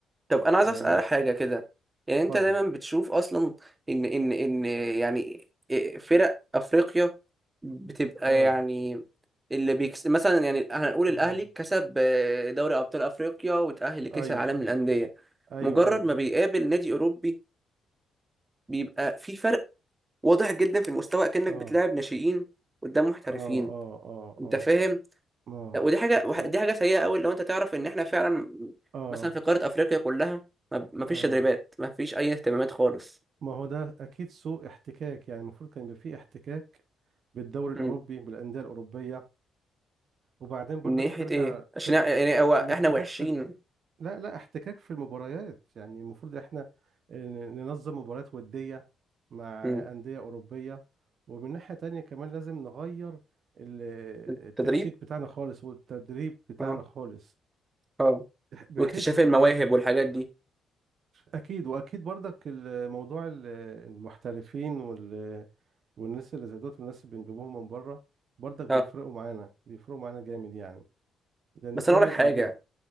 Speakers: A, on the right; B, on the right.
A: طب انا عايز
B: يعني
A: اسال حاجه كده يعني
B: اتفضل
A: انت دايما بتشوف اصلا ان ان ان يعني فرق افريقيا بتبقى
B: اه
A: يعني اللي بيكس مثلا يعني هنقول الاهلي
B: مم.
A: كسب دوري ابطال افريقيا وتاهل لكاس
B: ايوه
A: العالم للانديه
B: ايوه
A: مجرد
B: ايوه
A: ما بيقابل نادي اوروبي بيبقى في فرق واضح جدا في المستوى كأنك
B: اه
A: بتلاعب ناشئين قدام محترفين
B: اه اه اه
A: انت
B: اه
A: فاهم
B: ما
A: لا ودي حاجه وح-
B: و-
A: دي حاجه سيئه قوي لو انت تعرف ان احنا فعلا
B: اه
A: مثلا في قاره افريقيا كلها ما ما فيش
B: اه
A: تدريبات ما فيش اي اهتمامات خالص
B: ما هو ده اكيد سوء احتكاك يعني المفروض كان يبقى فيه احتكاك بالدوري الاوروبي
A: مم.
B: بالانديه الاوروبيه وبعدين برضك
A: من ناحيه
B: بترجع
A: ايه عشان
B: تر...
A: يعني هو احنا
B: الاحتكاك
A: وحشين
B: في ال... لا لا احتكاك في المباريات يعني المفروض احنا ن- ننظم مباريات وديه مع
A: مم.
B: انديه اوروبيه ومن ناحيه تانية كمان لازم نغير ال-
A: التدريب
B: التكسيك بتاعنا خالص والتدريب بتاعنا
A: اه
B: خالص
A: اه
B: بح- بحيث
A: واكتشاف المواهب
B: يبقى
A: والحاجات دي
B: اكيد واكيد برضك الموضوع ال- المحترفين وال والناس اللي زي دوت والناس اللي بنجيبوهم من بره برضك بيفرقوا
A: اه
B: معانا بيفرقوا معانا جامد يعني لان
A: بس
B: كل
A: انا اقول
B: الانديه
A: لك حاجه